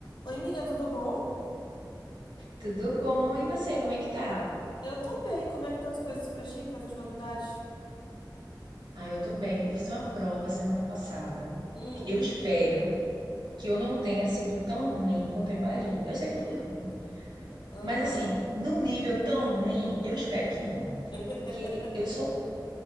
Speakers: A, on the left (about 80°); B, on the right (about 80°).
A: Oi, amiga, tudo bom?
B: Tudo bom? E você, como é que tá?
A: Eu tô bem. Como é que estão as coisas pra ti? Quais as novidades?
B: Ah, eu tô bem. Eu fiz uma prova semana passada.
A: Hum,
B: Eu espero que eu não tenha sido tão ruim quanto eu imagino. Eu sei que eu fui ruim,
A: aham.
B: mas assim, num nível tão ruim, eu espero que não,
A: <laughs>
B: porque eu sou